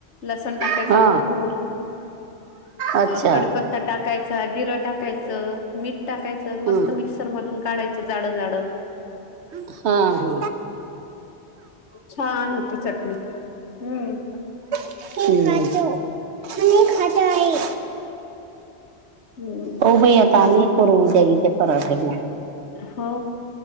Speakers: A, on the left; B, on the right.
A: लसण टाकायचा
B: हा
A: भरपूर.
B: अच्छा
A: अ कडीपत्ता टाकायचा जिरं टाका टाकायच मीठ टाकायचं मस्त
B: हं,
A: मिक्सर मधून काढायचं जाडं जाडं.
B: हा हा हम्म.
A: छान होती चटणी. हम्म.
B: हे खातो आणि खात आहे.
A: हम्म
B: हो भाई आता आम्ही करून द्या इते पराठेन.
A: हो